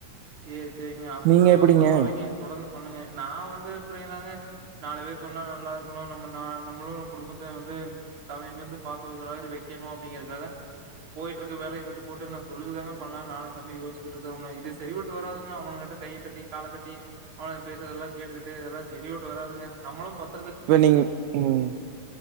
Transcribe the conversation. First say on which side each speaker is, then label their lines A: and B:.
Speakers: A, on the right (about 40°); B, on the right (about 80°).
A: ஏ சேரிங்க அப்ப
B: நீங்க எப்டிங்க
A: பரவாயில்லிங்க தொடந்து பண்ணுங்க நா வந்து இப்டிந்தாங்க நாலு பேக்கு ஒன்னா நல்லாருக்கணு நம்ம ந நம்மளு குடும்பத்த வந்து தலைமந்து பார்க்துர மாரி வக்கணும் அப்டிங்குறக்காக போய்ட்ருக்க வேலய விட்டு போட்டு நா தொழில் தாங்க பண்ணலா நானும் தம்பியும் யோச்சுட்டு இருக்கோம் இதே செரிவட்டு வராதுங்க அவனுங்கிட்ட கைய கட்டி கால கட்டி அவ பேசுறதல்லா கேட்டுக்கிட்டு இதல்லா செரிபட்டு வராதுங்க சம்பளம் பத்
B: இப்பலிங் உம்